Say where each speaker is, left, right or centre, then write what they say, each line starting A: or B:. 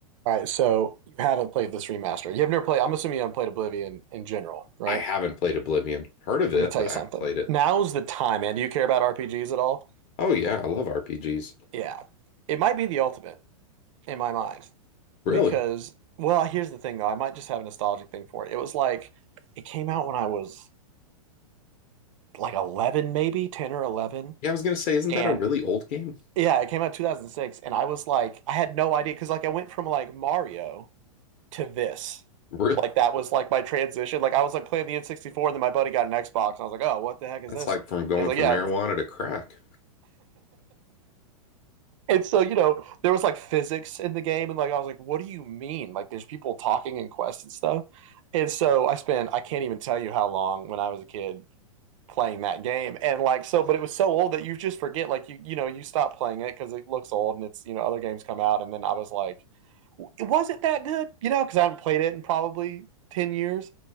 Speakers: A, on the right; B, on the left.
A: All right, so you haven't played this remaster. You have never played, I'm assuming you haven't played Oblivion in general, right?
B: I haven't played Oblivion. Heard of it,
A: Let me tell
B: but
A: you something.
B: I haven't played it.
A: Now's the time, man. Do you care about RPGs at all?
B: Oh yeah, I love RPGs.
A: Yeah. It might be the ultimate in my mind
B: Really?
A: because, well, here's the thing though. I might just have a nostalgic thing for it. It was like, it came out when I was like 11, maybe 10 or 11.
B: Yeah, I was gonna say, isn't
A: And
B: that a really old game? <laughs>
A: yeah, it came out in 2006. And I was like, I had no idea because, like, I went from like Mario to this.
B: Really?
A: Like that was like my transition. Like I was like playing the N64, and then my buddy got an Xbox, and I was like, "Oh, what the heck is
B: That's
A: this?"
B: like from going
A: And he's like,
B: from
A: "Yeah."
B: marijuana to crack.
A: <laughs> and so you know, there was like physics in the game, and like I was like, "What do you mean?" Like there's people talking in Quest and stuff. And so I spent I can't even tell you how long when I was a kid playing that game, and like so, but it was so old that you just forget. Like you you know you stop playing it because it looks old, and it's you know other games come out, and then I was like was it that good? You know, because I haven't played it in probably ten years.